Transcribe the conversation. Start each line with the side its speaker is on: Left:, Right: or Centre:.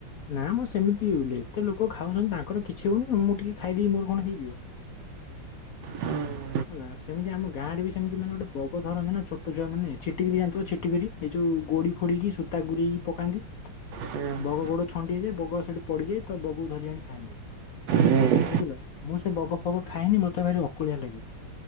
Left: ନା ମ ସେମିତି ଉଲେ ଏତେ ଲୋକ ଖାଉଛନ୍ତି ତାଙ୍କର କିଛି କିଛି ହଉନି ଆଉ ମୁଁ ଟିକେ ଖାଇଦେଇ ମୋର କଣ ହେଇଯିବ।
Right: ହୁଁ।
Left: ହେଲା ସେମିତି ଆମ ଗାଁରେ ବି ସେମିତି ମାନେ ଗୋଟେ ବଗ ଧରନ୍ତି ନା ଛୋଟ ଛୁଆମାନେ ଛିଟିକିରି ଯାଣିଥିବ ଛିଟିକିରି। ଏ ଯୋଉ ଗୋଡି ଫୋଡିକି ସୂତା ଗୁରେଇକି ପକାନ୍ତି।
Right: ହୁଁ
Left: ବଗ ଗୋଡ ଛଣ୍ଡି ହେଇଯାଏ ବଗ ସେଠି ପଡିଯାଏ। ତ ବଗକୁ ଧରି ଆଣି ଖାଆନ୍ତି।
Right: ହୁଁ
Left: ବୁଝିଲ ମୁଁ ସେ ବଗ ଫଗ ଖାଏନି ମତେ ଭାରି ଅକଳିଆ ଲାଗେ।